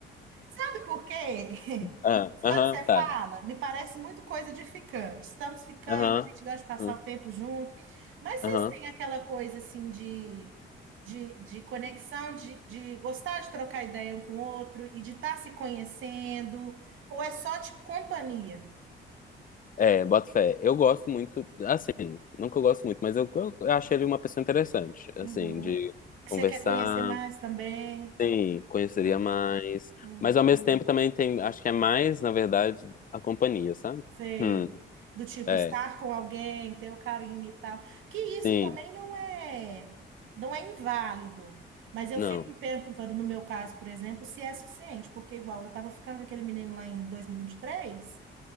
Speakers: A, on the right; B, on the left.
A: Sabe por quê? <laughs>
B: Ah, Aham,
A: Quando você
B: tá.
A: fala, me parece muito coisa de ficante. Estamos ficando,
B: Aham.
A: a gente gosta de passar
B: hum,
A: o tempo junto. Mas vocês
B: Aham.
A: têm aquela coisa assim de, de, de conexão, de, de gostar de trocar ideia um com o outro e de estar se conhecendo? Ou é só de companhia?
B: É, boto fé. Eu gosto muito, assim, nunca eu gosto muito, mas eu, eu, eu acho ele uma pessoa interessante, assim,
A: Uhum.
B: de
A: Que
B: conversar.
A: você quer conhecer mais também?
B: Sim, conheceria
A: Ah,
B: mais.
A: uhum.
B: Mas ao mesmo tempo também tem, acho que é mais, na verdade, a companhia, sabe?
A: Sei.
B: Hum,
A: Do tipo,
B: é,
A: estar com alguém, ter o carinho e tal. Que isso
B: sim,
A: também não é, não é inválido. Mas eu
B: não.
A: fico me perguntando, no meu caso, por exemplo, se é suficiente, porque igual eu estava ficando com aquele menino lá em dois mil e e vinte e três